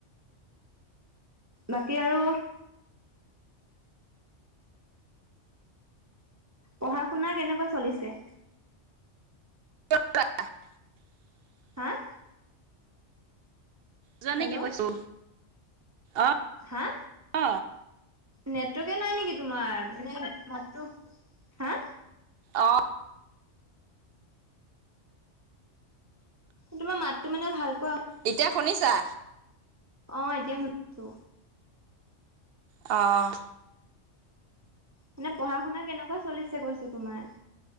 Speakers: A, on the right; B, on the right.
A: বাকী আৰু পঢ়া-শুনা কেনেকুৱা চলিছে?
B: <unintelligible>
A: হাঁ?
B: যোৱা
A: হেল্ল'
B: নে কি কৈছো? অ',
A: হা
B: হ।
A: নেটৱৰ্কে নাই নেকি তোমাৰ? মানে মাতটো, হা?
B: অ',
A: তোমাৰ মাতটো মানে ভাল
B: এতিয়া শুনিছা?
A: অ', এতিয়া শুনিছো।
B: অঁ।
A: মানে পঢ়া-শুনা কেনেকুৱা চলিছে, কৈছোঁ তোমাৰ?